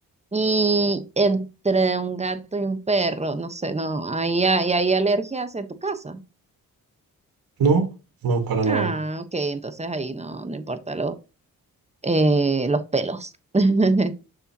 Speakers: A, on the right; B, on the right.
A: Y entre un gato y un perro, no sé, no, ahí hay, hay alergias en tu casa.
B: No, no, para nada.
A: Ah, ok, entonces ahí no, no importa lo- eh, los pelos. <laughs>